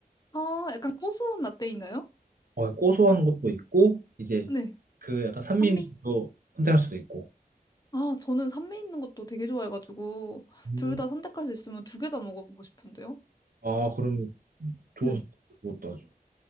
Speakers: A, on the left; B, on the right.
A: 아, 약간 고소한 라떼인가요?
B: 어, 고소한 것도 있고 이제
A: 네.
B: 그 약간 산미도
A: 산미?
B: 선택할 수도 있고.
A: 아, 저는 산미 있는 것도 되게 좋아해가지고,
B: 음.
A: 둘 다 선택할 수 있으면 두 개 다 먹어보고 싶은데요?
B: 아 그럼 좋은
A: 네.
B: 것도 아주